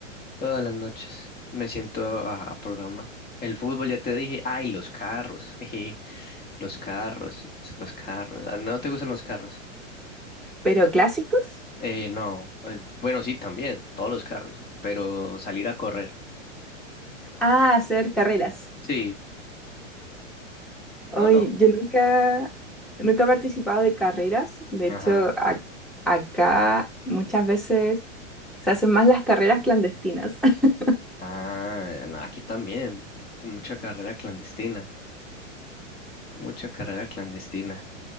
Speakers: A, on the left; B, in the centre.
A: Todas las noches me siento a, a programar. El fútbol, ya te dije. Ay, los carros. <laughs> jeje, Los carros. Los carros. Ah, ¿No te gustan los carros?
B: ¿Pero clásicos?
A: Eh, no. eh, Bueno, sí, también. Todos los carros. Pero salir a correr.
B: Ah, hacer carreras.
A: Sí.
B: Hoy
A: No, no.
B: yo nunca Nunca he participado de carreras, de
A: Ajá.
B: hecho, a- acá muchas veces se hacen más las carreras clandestinas, <laughs>
A: Ah, no, aquí también. Mucha carrera clandestina. Mucha carrera clandestina.